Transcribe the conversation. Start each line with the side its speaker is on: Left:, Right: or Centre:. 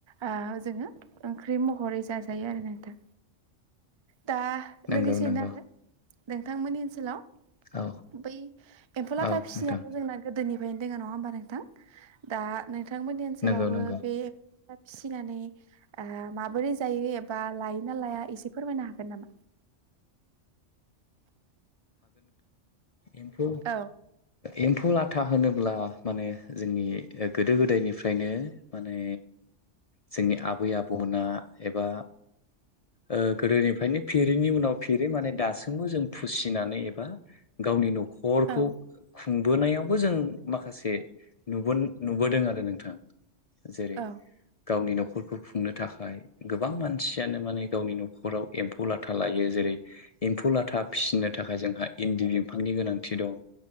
Right: दा जोङो ओंख्रि महरै जाजायो आरो नों थां दा
Left: नंगौ
Right: लोगोसेनो
Left: नंगौ
Right: आरो नोंथांमोननि ओनसोलाव
Left: औ
Right: बै एमफौ लाथा
Left: औ
Right: फिसिनायाथ'
Left: नोंथां
Right: जोंना गोदोनि फ्रायनो दोङो नङा होमबा नोंथां दा नोंथांमोननि ओनसोलावबो
Left: नंगौ नंगौ
Right: बे फिसिनानै ओ माबोरै जायो एबा लाइ ना लाया इसे फोरमायनो हागोन नामा?
Left: एमफौ
Right: औ
Left: एमफौ लाथा होनोब्ला माने जोंनि गोदो गोदायनिफ्रायनो माने जोंनि आबै आबौमोना एबा ओ गोदोनिफ्रायनो फिरिनि उनाव फिरि माने दासिमबो जों फुसि नानै एबा गावनि न'खरखौ
Right: औ
Left: खुंबोनायावबो जों माखासे नुबोन नुबोदों आरो नोंथां जेरै
Right: औ
Left: गावनि न'खरखौ खुंनो थाखाय गोबां मानसियानो माने गावनि न'खराव एमफौ लाथा लायो जेरै रै एमफौ लाथा फिसिनो थाखाय जोंहा इनदि बिफांनि गोनांथि दं